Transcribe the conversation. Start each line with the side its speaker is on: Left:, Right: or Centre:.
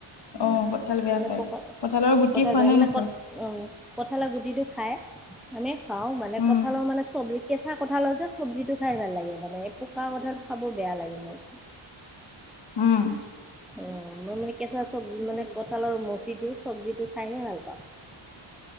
Centre: উম,
Left: অ কঁঠাল বেয়া
Centre: মানে
Left: পায়
Centre: পকা
Left: কঁঠালৰ গুটি
Centre: কঁঠাল
Left: খোৱা
Centre: বেয়া
Left: নে
Centre: মানে
Left: নোখোৱা
Centre: ক উম, কঁঠালাৰ গুটিটো খাই আমি খাওঁ মানে
Left: উম
Centre: কঁঠালো মানে চব্জি কেঁচা কঠালত যে চব্জিটো খাই ভাল লাগে মানে পকাৰ কঁঠাল খাব বেয়া লাগে মোৰ।
Left: উম,
Centre: অ', মই মানে কে চা চবজি মানে কঁঠালৰ মচিটো চব্জিটো খাইহে ভাল পাওঁ।